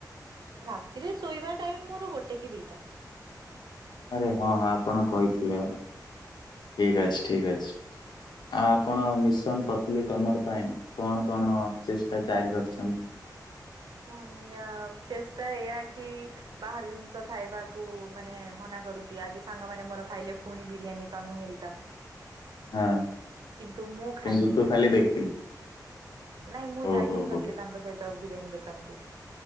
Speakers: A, on the right; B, on the left.
A: ରାତିରେ ଶୋଇବା ଟାଇମ ମୋର ଗୋଟେ କି ଦିଟା।
B: ଆରେ ହଁ ହଁ ଆପଣ କହିଥିଲେ ଠିକ ଅଛି
A: ଆଜ୍ଞା।
B: ଠିକ ଅଛି। ଆ ଆପଣ ମିଶନ ପତଲି କମର ପାଇଁ କଣ କଣ ଚେଷ୍ଟା ଜାରି ରଖିଛନ୍ତି?
A: ଉଁ ମଁୟା ଚେଷ୍ଟା ଏଇୟା କି? ବାହାର ଜିନିଷ ଖାଇବାକୁ ମାନେ ମନା କରୁଛି ଆଜି ସାଙ୍ଗମାନେ ମୋର ଖାଇଲେ ପୁଣି ବିରିୟାନୀ ତନୁ ହେରିକା। ହ
B: ହଁ
A: କିନ୍ତୁ ମୁଁ ଖାଇଲି
B: କିନ୍ତୁ ତୁ
A: ନାହିଁ?
B: ଖାଲି ଦେଖିଲୁ।
A: ନାଇଁ ମୁଁ
B: ଓହୋ
A: ଯାଇ ହିଁ
B: ହୋ।
A: ନଥିଲି ତାଙ୍କ ସହିତ ବିରିୟାନୀ ଦୋକାନ କୁ